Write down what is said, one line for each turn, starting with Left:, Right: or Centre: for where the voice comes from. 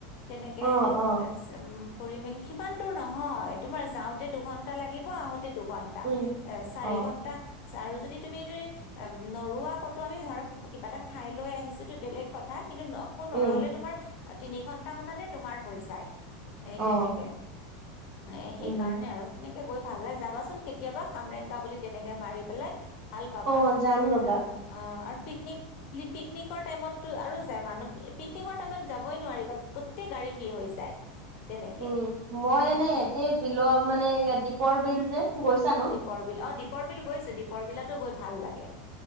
Left: তেনেকে
Right: অ অ
Left: উ ফুৰি মেলি সিমান দূৰ নহয় তোমাৰ যাওঁতে দুঘন্টা লাগিব আহোঁতে দু ঘণ্টা
Right: উম
Left: এ চাৰি
Right: অ
Left: ঘণ্টা আৰু যদি তুমি যদি নৰৱা কতো আমি ধৰা কিবা এটা খাই লৈ আহিছো ত বেলেগ কথা কিন্তুকো নৰলে
Right: উম
Left: তোমাৰ তিনি ঘন্টা মানতে তোমাৰ হৈ যায় এ
Right: অ
Left: তেনেকে এ
Right: উম
Left: সেইকাৰণে আৰু তেনেকে। গৈ ভাল লাগে যাবাচোন কেতিয়াবা খামৰেংগা বুলি তেনেকে মাৰি পেলাই। ভাল পাবা
Right: অ যাম ৰবা
Left: আৰু অ আৰু পিকনিক পিকনিকৰ টাইমত। আৰু যায় মানুহ পিকনিকৰ টাইমত যাবই নোৱাৰি বা গোটেই গাড়ী ভিৰ হৈ যায়। তেনেকে
Right: উম মই
Left: এ
Right: এনে
Left: সেই
Right: এতেই বিলৰ মানে ইাত দ্বীপৰ বিল যে গৈছা নো।
Left: দীপৰ বিল অ দীপৰ বিল গৈছো দীপৰ বিলাতো গৈ ভাল লাগে।